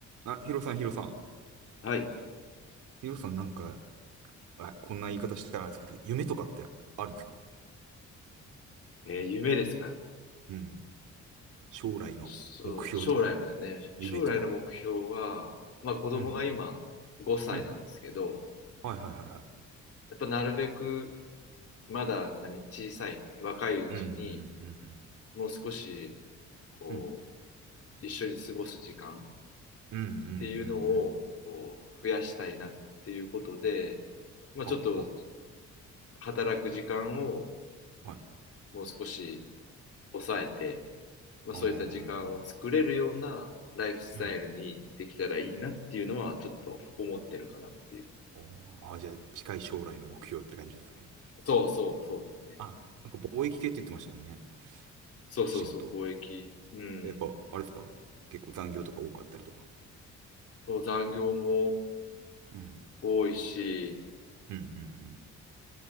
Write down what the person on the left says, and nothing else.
はい。
えー夢ですか。
そう、将来のね、
将来の目標は、まあ子供が今5歳なんですけど、
やっぱなるべくまだ何、小さい、若いうちに、
もう少し、こ
う、一緒に過ごす時間っ
ていうのを、
こう、増やしたいなっていうことで、まあちょっと
働く時間を
もう少し抑えて、まあ、
そういった時間を作れるようなライフスタイルにできたらいいなっていうのはちょっと思ってるかなっていう。
そうそうそうね。
そうそうそう、
貿易。うん。
そう、残業も
多いし、